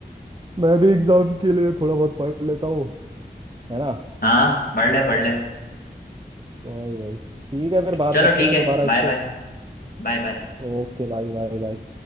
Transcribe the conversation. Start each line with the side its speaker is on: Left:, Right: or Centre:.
Right: मैं भी एग्जाम के लिए थोड़ा बहुत पढ़ लेता हूँ है ना
Left: हाँ पढ़ ले पढ़ ले
Right: वही वही ठीक है फिर बात
Left: चलो
Right: करते
Left: ठीक
Right: हैं
Left: है
Right: दोबारा
Left: बाय
Right: इस
Left: बाय
Right: पे
Left: Bye bye
Right: Okay bye bye bye